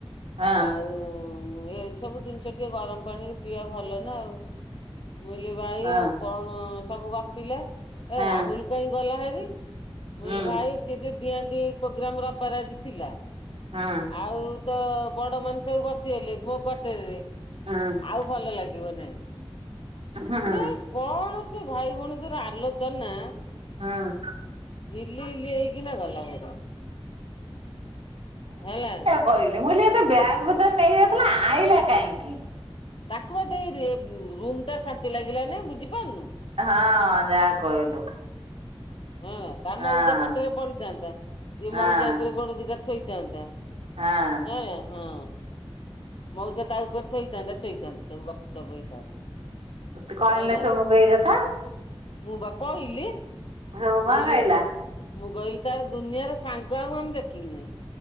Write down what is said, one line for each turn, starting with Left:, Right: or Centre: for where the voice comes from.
Right: ହଁ
Left: ଆଉ ଏ ସବୁ ଜିନିଷ ଟିକେ ଗରମ ପାଣି ପିଅ ଭଲ ନା ଆଉ। ମୁଁ କହିଲି ଭାଇ
Right: ହଁ
Left: ଆଉ କଣ ସବୁ ଗପିଲେ। ଏ
Right: ହଁ
Left: ରାହୁଲ କାଇଁ ଗଲା ହାରି। ମୁଁ
Right: ହୁଁ
Left: କହିଲି ଭାଇ ସିଏ ତ ଡିଆଁ ଡେଇଁ ପ୍ରୋଗ୍ରାମ ରବିବାର ଆଜି ଥିଲା।
Right: ହଁ।
Left: ଆଉ ତ ବଡମାନେ ସବୁ ବସିଗଲେ ମୋ କ୍ଵାଟରରେ।
Right: ଆଁ।
Left: ଆଉ ଭଲ ଲାଗିବ ନାହିଁ।
Right: ହାଁ।
Left: ବେ କଣ ସେ ଭାଇ ଭଉଣୀଙ୍କର ଆଲୋଚନା
Right: ହାଁ।
Left: ହିଲି ହିଲି ହେଇକିନା ଗଲା ଭାରି। ହେଲା।
Right: କହିଲିନି ମୁଁ କହିଲି ଏତ ବ୍ୟାଗ୍ ପତର ନେଇକି ଯାଇଥିଲା ଆ-ଆଇଲା କାହିଁକି।
Left: ତାକୁ ବା ଦେଇ ଏ ଉଁ ରୁମଟା ଶାନ୍ତି ଲାଗିଲା ନାଇଁ ବୁଝିପାରୁନୁ।
Right: ହଁ ଯାହା କହିଲୁ।
Left: ହଁ ତା
Right: ହଁ
Left: ମଉସା ଖଟରେ ପଡିଥାନ୍ତା। ଇଏ
Right: ହଁ
Left: ମଉସା ଉପରେ ଗୋଡ ଦିଟା ଥୋଇଥାନ୍ତା।
Right: ହଁ
Left: ହେଁୟା ହଁ। ମଉସା ତା ଉପରେ ଥୋଇଥାନ୍ତା। ଶୋଇଥାନ୍ତେ ସବୁ ଗପ ସପ ହେଇଥାନ୍ତେ।
Right: ତୁ କହିଲୁ
Left: ହେଲା
Right: ନାଇଁ ସୋମୁକୁ ଏଇ କଥା।
Left: ମୁଁ ବା କହିଲି,
Right: ସୋମୁ
Left: ମୁଁ
Right: କଣ
Left: କହିଲି
Right: କହିଲା
Left: ଉଁ ମୁଁ କହିଲି ତାର ଦୁନିଆର ସାଙ୍ଗ ଆଉ <unintelligible> ଦେଖିଲି ନାହିଁ।